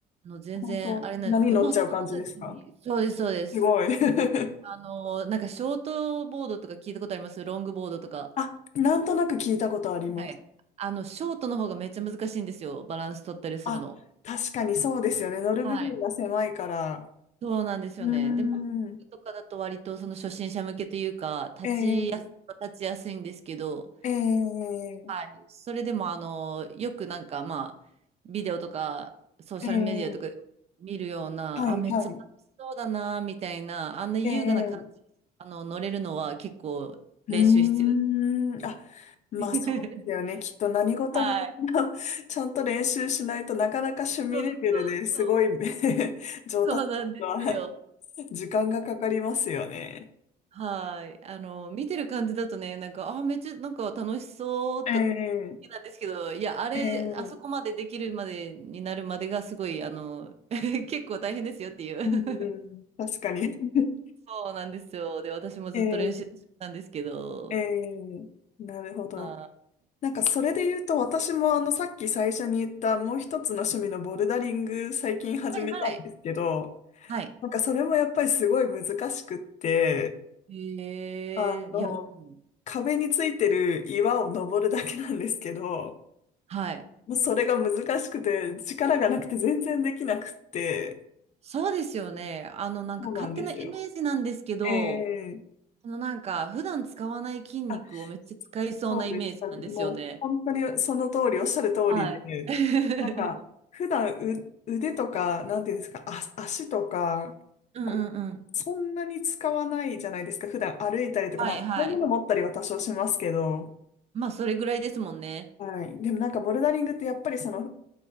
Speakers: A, on the right; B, on the left.
A: あの全然あれなんですけど、
B: 本当、波乗っちゃう感じですか
A: まあその子たちに、そうです、そうです。
B: すごい。<laughs>
A: あの、なんかショートボードとか聞いたことありますロングボードとか。
B: あ、なんとなく聞いたことあります。
A: はい。あの、ショートの方がめっちゃ難しいんですよ。バランス取ったりするの。
B: あ、確かにそうですよね。乗る部分が狭いから。
A: はいそうなんですよね。
B: うーん。
A: で、まあ、工具とかだと割とその初心者向けというか、立ちやす、
B: ええ
A: 立ちやすいんですけど、
B: ええ
A: はい。それでも、あの、よくなんか、まあ、ビデオとか、ソーシャルメディアとかで見るような、
B: ええはい、
A: あ、めっちゃ楽しそうだな、
B: はい。
A: みたいな、あんな優雅な感じ、
B: ええ
A: あの、乗れるのは結構練習必要です。
B: うーん。あ、まあそうですよね。
A: <laughs>
B: きっと何事も
A: はい。
B: <laughs> ちゃんと練習しないとなかなか趣味レベルですごい
A: そうそうそう。
B: <laughs> 上達は
A: そうなんですよ。
B: <laughs> 時間がかかりますよね。
A: はい。あの、見てる感じだとね、なんか、あー、めっちゃ、なんか楽しそうと、
B: ええ、
A: なんですけど、いや、あれ、
B: ええ、
A: あそこまでできるまでになるまでがすごい、あの、<laughs> 結構大変ですよっていう。
B: うん、
A: <laughs>
B: 確かに。<laughs>
A: そうなんですよ。で、私もずっと練習したんですけど、
B: ええ、ええ、なるほど。
A: あー、
B: なんかそれで言うと、私もあの、さっき最初に言ったもう一つの趣味のボルダリング最近始めたんですけど、
A: はいはい。はい。
B: なんかそれもやっぱりすごい難しくって、
A: へえ、
B: あの、
A: いや、うん
B: 壁についてる岩を登るだけなんですけど、
A: はい。
B: もうそれが難しくて、力がなくて全然できなくって、
A: そうですよね。あの、なんか勝手なイメージなんですけど、
B: そうなんですよ。ええ
A: あの、なんか普段使わない筋肉をめっちゃ使いそうなイメージなんですよね。
B: あ、そうでした。もう本当にその通り、おっしゃる通りで、
A: はい。<laughs>
B: なんか、普段う腕とか、なんていうんですか、あ、足とか、
A: うんうんうん。
B: こう、そんなに使わないじゃないですか。普段歩いたりとか、
A: はいはい。
B: まあ、重いもの持ったりは多少しますけど、
A: まあ、それぐらいですもんね。
B: はい。でもなんかボルダリングってやっぱりその